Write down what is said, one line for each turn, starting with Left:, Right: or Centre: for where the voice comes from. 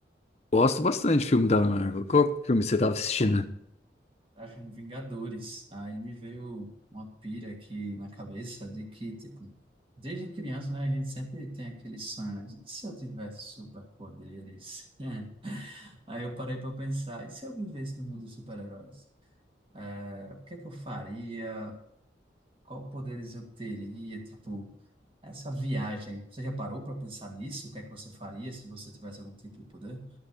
Left: Gosto bastante de filme da Marvel. Qual filme você estava assistindo?
Right: Tá chamando Vingadores, aí me veio uma pira aqui na cabeça de que, tipo, desde criança, né, a gente sempre tem aquele sonho, né? E se eu tivesse superpoderes? <laughs> Aí eu parei pra pensar, e se eu vivesse no mundo dos super-heróis? É, o que é que eu faria? Qual poderes eu teria, tipo... Essa viagem, você já parou para pensar nisso? O que é que você faria se você tivesse algum tipo de poder?